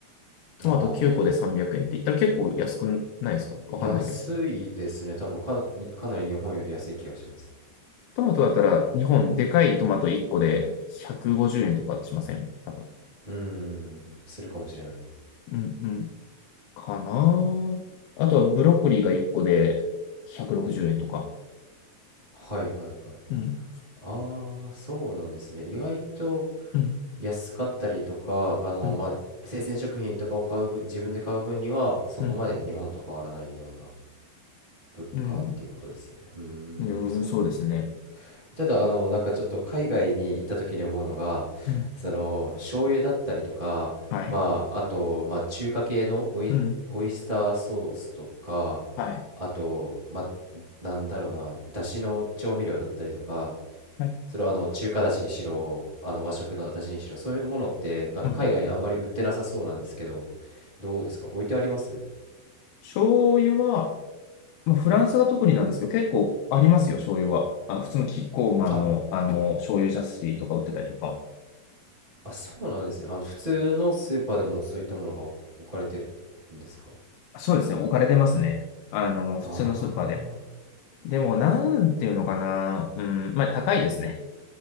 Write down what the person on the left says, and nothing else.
トマト9個で300円って言ったら結構安くないですかわかんないけど。
トマトだったら日本でかいトマト1個で150円とかしません多分。
うんうんかな。あとはブロッコリーが1個で160円とか。
うん、
うん、
うん、
うん、
うん、
うん、
そうですね。
うん、
はい。
うん、
はい。
はい、
うん。
醤油は、まあ、フランスが特になんですけど、結構ありますよ、醤油は。あ、普通のキッコーマンの、
あの、醤油ジャスシーとか売ってたりとか。
そうですね、置かれてますね。あの、普通のスーパーで。
でも、なんていうのかな。うん、まあ、高いですね。